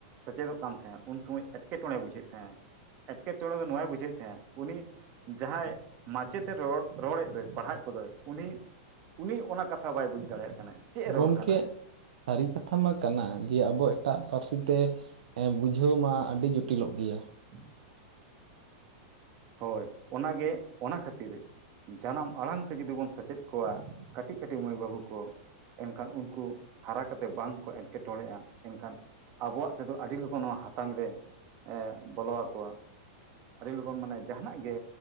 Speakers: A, on the right; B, on the right.
A: ᱥᱮᱪᱮᱫᱚᱜ ᱠᱟᱱ ᱛᱟᱦᱮᱸᱜ ᱩᱱ ᱥᱚᱢᱚᱭ ᱮᱴᱠᱮᱴᱚᱬᱮᱭ ᱵᱩᱡᱷᱟᱹᱣ ᱛᱟᱦᱮᱸᱜ ᱮᱴᱠᱮᱴᱚᱬᱮ ᱫᱚ ᱱᱚᱣᱟᱭ ᱵᱩᱡᱷᱟᱹᱣᱮᱫ ᱛᱟᱦᱮᱸᱫ ᱩᱱᱤ ᱡᱟᱦᱟᱸᱭ ᱢᱟᱪᱮᱫ ᱮ ᱨᱚᱲ ᱨᱚᱲᱮᱫ ᱫᱚᱭ ᱯᱟᱲᱦᱟᱜ ᱠᱚᱫᱚᱭ ᱩᱱᱤ ᱩᱱᱤ ᱚᱱᱟ ᱠᱟᱛᱷᱟ ᱵᱟᱭ ᱵᱩᱡᱽ ᱫᱟᱲᱮᱭᱟᱜ ᱠᱟᱱᱟᱭ ᱪᱮᱫ ᱮ
B: ᱜᱚᱢᱠᱮ
A: ᱨᱚᱲ ᱠᱟᱱᱟᱭ
B: ᱥᱟᱹᱨᱤ ᱠᱟᱛᱷᱟ ᱢᱟ ᱠᱟᱱᱟ ᱡᱮ ᱟᱵᱚ ᱮᱴᱟᱜ ᱯᱟᱹᱨᱥᱤ ᱛᱮ ᱵᱩᱡᱷᱟᱹᱣ ᱢᱟ ᱟᱹᱰᱤ ᱡᱚᱴᱤᱞᱚᱜ ᱜᱮᱭᱟ
A: <unintelligible> ᱦᱳᱭ ᱚᱱᱟᱜᱮ ᱚᱱᱟ ᱠᱷᱟᱹᱛᱤᱨ ᱡᱟᱱᱟᱢ ᱟᱲᱟᱝ ᱛᱮ ᱡᱩᱫᱤ ᱵᱚᱱ ᱥᱮᱪᱮᱫ ᱠᱚᱣᱟ ᱠᱟᱹᱴᱤᱡ ᱠᱟᱹᱴᱤᱡ ᱢᱟᱹᱭ ᱵᱟᱹᱵᱩ ᱠᱚ ᱮᱱᱠᱷᱟᱱ ᱩᱱᱠᱩ ᱦᱟᱨᱟ ᱠᱟᱛᱮᱫ ᱵᱟᱝ ᱠᱚ ᱮᱸᱴᱠᱮᱴᱚᱬᱮᱜ-ᱟ ᱮᱱᱠᱷᱟᱱ ᱟᱵᱚᱣᱟᱜ ᱛᱮᱫᱚ ᱟᱹᱰᱤ ᱞᱚᱜᱚᱱ ᱱᱚᱣᱟ ᱦᱟᱛᱟᱝ ᱨᱮ ᱵᱚᱞᱚ ᱟᱠᱚᱣᱟ ᱟᱹᱰᱤ ᱞᱚᱜᱚᱱ ᱢᱟᱱᱮ ᱡᱟᱦᱟᱱᱟᱜ ᱜᱮ